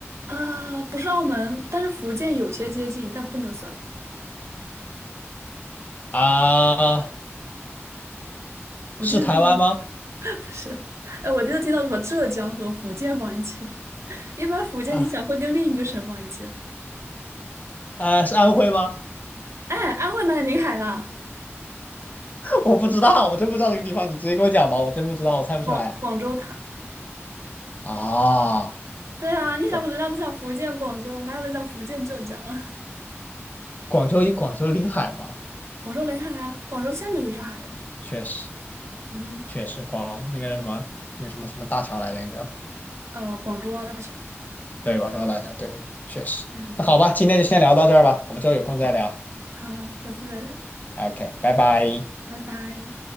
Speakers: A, on the right; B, on the left.
A: 啊，不是澳门，但是福建有些接近，但不能算。
B: 啊，
A: 我第一次听，
B: 是台湾吗？
A: <laughs> 不是，哎，我第一次听到把浙江和福建放一起的。一般福建你想会跟另一个省放一起？
B: 啊啊，是安徽吗？
A: 哎，安徽哪里临海啦？
B: <laughs> 我不知道，我真不知道这个地方，你直接给我讲吧，我真不知道，我猜不出来。
A: 广广州塔。
B: 啊，
A: 对啊，你想人家都讲福建广州，
B: 广
A: 哪有人讲福建浙江啊？
B: 广州广州临海嘛，
A: <laughs> 广州临海啊，广州下面就是海呀。
B: 确实
A: 嗯哼，
B: 确实，广那个叫什么那个什么什么大桥来着，那个叫。
A: 呃，广州澳大桥。
B: 对，广州辣条，对对对，确实。
A: 嗯，
B: 那好吧，今天就先聊到这儿吧，我们之后有空再聊。
A: 好，下次再聊，
B: OK，拜拜。
A: 拜拜。